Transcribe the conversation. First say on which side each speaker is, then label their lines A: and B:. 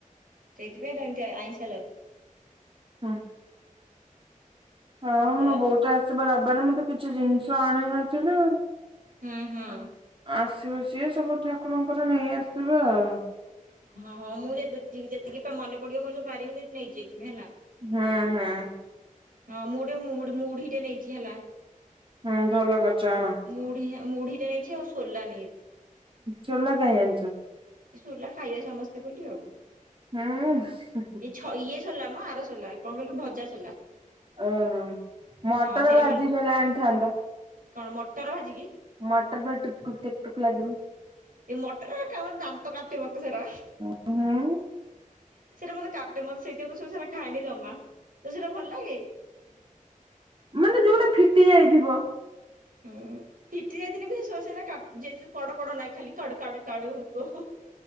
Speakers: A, on the right (about 80°); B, on the right (about 40°).
A: ସେଇଥିପାଇଁ ଏମିତି ଆଇଁସା ଲାଗ
B: ହଁ। ହଁ ମୁଁ
A: ଏ
B: ବହୁତ <unintelligible> ମୁଁ ତ କିଛି ଜିନିଷ ଆଣିନି। ଯି <unintelligible>
A: ହୁଁ ହୁଁ
B: ଆସିବ ସିଏ ସବୁ ଠାକୁରଙ୍କର ନେଇ ଆସିଥିବ ଆଉ
A: ହଁ ହଁ ମୁଁ ଯେତିକି ମନେ ପଡିବ ମୁଁ ସବୁ ପାରିବି ନେଇକି ଯାଇଥିବି ହେଲା?
B: ହଁ ହଁ।
A: ହଁ ମୁଁ ଗୋଟେ ମୁଡ୍ ମୁଢିଟେ ନେଇଛି ହେଲା।
B: ହୁଁ ଭଲ କରିଛ ଆଣ।
A: ମୁଢି ମୁଢିଟା ନେଇଛି ଆଉ ସୋଲା ନେଇଛି।
B: ଚୋଲା କାଇଁ ଆଣିଛ?
A: ଛୋଲା ଖାଇବା ସମସ୍ତେ ବୋଲି ଆଉ।
B: ହୁଁ।
A: ଏ ଛ ଇଏ ସୋଲା ମ ଆର ସୋଲା କଣ କହିଲୁ ଭଜା ସୋଲା।
B: ଓହୋ ମଟର
A: ହଁ ସେଇଟା
B: ଭାଜି
A: ଭଲ
B: ଥିଲେ ଆଣିଥାନ୍ତ।
A: କଣ ମଟର ଭାଜି କି?
B: ମଟର ପରି ଟୁକ୍ ଟୁକ୍ ଟୁକ୍ ଲାଗିବ।
A: ଏଇ ମଟର <unintelligible> ଦାନ୍ତ କାଟିବ ତ ସେଇରା।
B: ହୁଁ।
A: ସେଇଟା ମତେ କାଟେ ମତେ ସେଇଥି ପାଇଁ ମୁଁ ସବୁ ସେରା ଖାଇନି ଜମା ତ ସେଇରା ଭଲ ଲାଗେ?
B: ମାନେ ଯୋଉଟା ଫିଟି ଯାଇଥିବ।
A: ହୁଁ ଫିଟି ଯାଇଥିନେ ବି ସୋରା ସେରା କା ଜେଜୁ କଡ କଡ ନାଇଁ ଖାଲି କଡ଼ କାଡୁ କାଡୁ ହଉଥିବ।